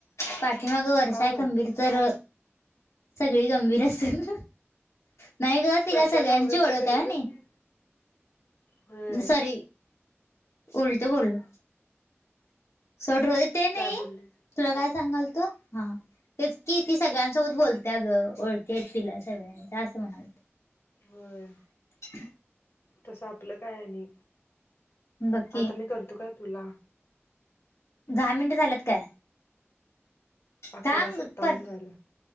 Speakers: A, on the left; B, on the left.
A: पाठीमागं वर्षा
B: का ग
A: खंबीर तर सगळी गंभीर असत्यात, नाही गं तिला
B: वर्षा
A: सगळ्यांची
B: गंभीर
A: ओळख
B: तर सगळी
A: आहे होय
B: गंभीर
A: नई.
B: होय
A: स्वारी उलटं बोललो सोड रोहित ते
B: काय
A: नाही
B: बोललीस
A: तुला काय सांगालतो हा तेच की, ती सगळ्यांसोबत बोलत्या ग ओळखी हायत तिला सगळ्यांच्या असं म्हणालतो.
B: व्हय.
A: <inaudible>
B: तस आपलं काय आणि
A: बघ की
B: आता मी करतो काय तुला.
A: दहा मिनिटं झाल्यात काय?
B: अकरा
A: थांब
B: सत्तावन्न
A: पर
B: झालं